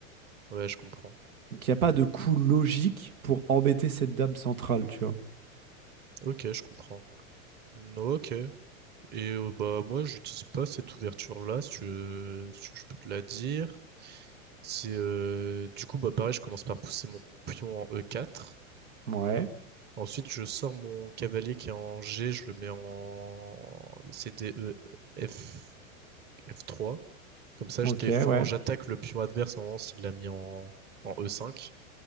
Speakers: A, on the right (about 25°); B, on the right (about 80°).
A: Ouais, je comprends.
B: Donc il n'y a pas de coût logique pour embêter cette dame centrale, tu vois.
A: Ok, je comprends. No, Ok. Et euh, bah moi, j'utilise pas cette ouverture-là, si tu veux- si tu veux, je peux te la dire. C'est euh, du coup bah pareil, je commence par pousser mon pion en E4.
B: Ouais,
A: Ensuite, je sors mon cavalier qui est en G, je le mets en c d e F... F3. Comme ça,
B: ok,
A: je défends,
B: ouais,
A: j'attaque le pion adverse normalement s'il l'a mis en... en e cinq.